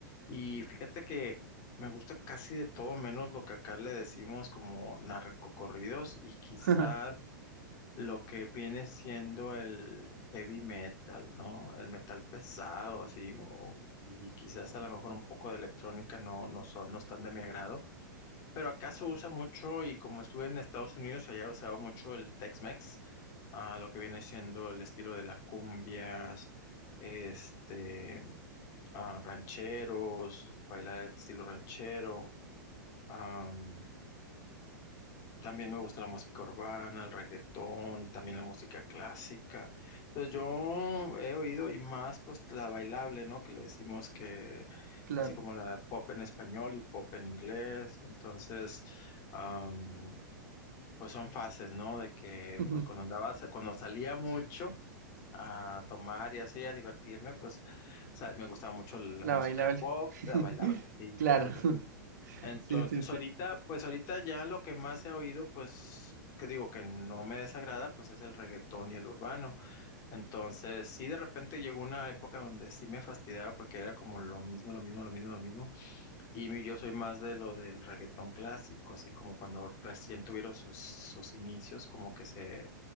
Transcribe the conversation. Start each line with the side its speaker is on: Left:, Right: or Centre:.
Left: y fíjate que me gusta casi de todo, menos lo que acá le decimos como narcocorridos y quizás
Right: <laughs>
Left: lo que viene siendo el heavy metal, ¿no? El metal pesado, así, o- y quizás a lo mejor un poco de electrónica no, no son, no están de mi agrado. Pero acá se usa mucho y como estuve en Estados Unidos, se haya usado mucho el Tex-Mex, ah, lo que viene siendo el estilo de las cumbias, este, ah, rancheros, bailar el estilo ranchero. am, también me gusta la música urbana, el reggaetón, también la música clásica. Entonces yo he oído y más pues la bailable, ¿no? Que le decimos que
Right: Claro.
Left: así como la pop en español y pop en inglés. Entonces... Am, pues son fases, ¿no? De que
Right: <laughs>
Left: pues cuando andaba, sa- cuando salía mucho a tomar y así, a divertirme, pues sa- me gustaba mucho la
Right: La
Left: música
Right: bailable.
Left: pop,
Right: <laughs>
Left: la bailable, sí,
Right: Claro.
Left: claro que
Right: <laughs>
Left: sí. Entonces
Right: Sí, sí, sí.
Left: ahorita, pues ahorita ya lo que más he oído, pues que digo que no me desagrada, pues es el reggaetón y el urbano. Entonces sí, de repente llegó una época donde sí me fastidiaba porque era como lo mismo, lo mismo, lo mismo, lo mismo. Y mi- yo soy más de lo del reggaetón clásico, así como cuando recién tuvieron sus, sus inicios, como que se,